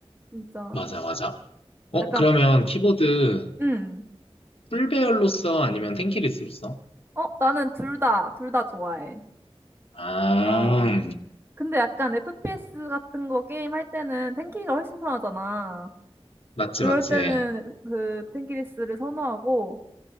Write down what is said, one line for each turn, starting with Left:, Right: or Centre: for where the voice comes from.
Right: 진짜.
Left: 맞아, 맞아. 어,
Right: 약간,
Left: 그러면 키보드
Right: 음.
Left: 풀배열로 써? 아니면 텐키리스로 써?
Right: 어, 나는 둘 다, 둘 다 좋아해.
Left: 아,
Right: 어. 근데 약간 FPS 같은 거 게임 할 때는 탱키가 훨씬 편하잖아.
Left: 맞지,
Right: 그럴
Left: 맞지.
Right: 때는 그 탱키리스를 선호하고